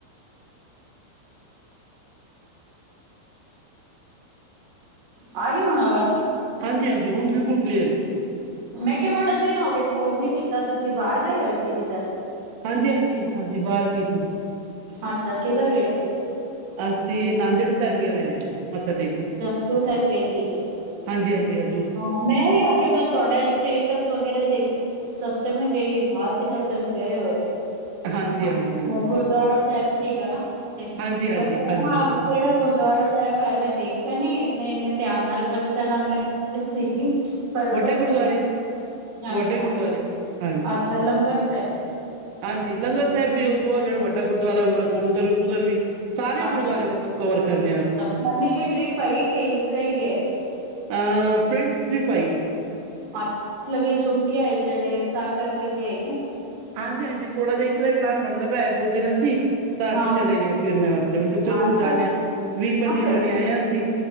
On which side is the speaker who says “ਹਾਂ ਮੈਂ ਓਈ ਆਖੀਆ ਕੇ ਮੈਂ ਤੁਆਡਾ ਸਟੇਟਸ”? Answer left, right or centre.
Right